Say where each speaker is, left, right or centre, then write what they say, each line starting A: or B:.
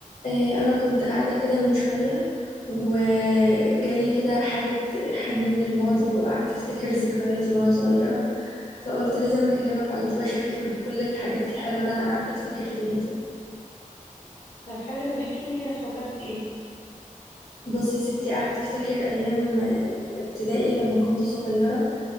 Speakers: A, on the left (about 65°); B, on the left (about 80°).
A: إيه، أنا كنت قاعدة كده من شوية وجالي كده حالة حنين للماضي وقعدت أفتكر ذكرياتي وأنا صغيرة فقلت لازم أكلمك على طول أشاركك بكل الحاجات الحلوة اللي أنا قعدت أفتكر فيها دي
B: طب حلو طب احكي لي كده افتكرت في ايه
A: بص يا ستي قعدت أفتكر أيام آه، ابتدائي لما كنت صغيرة